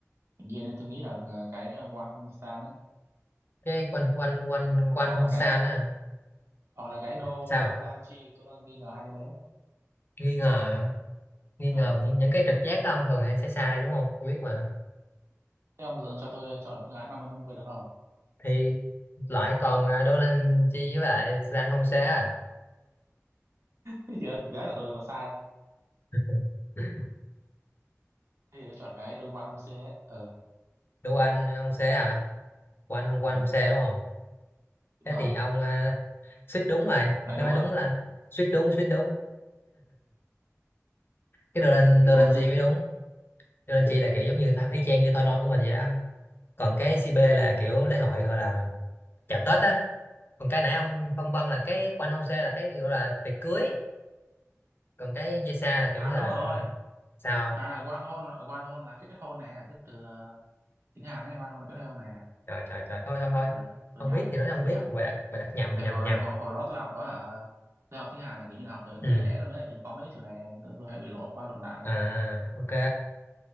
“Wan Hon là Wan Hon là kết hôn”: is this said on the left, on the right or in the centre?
Right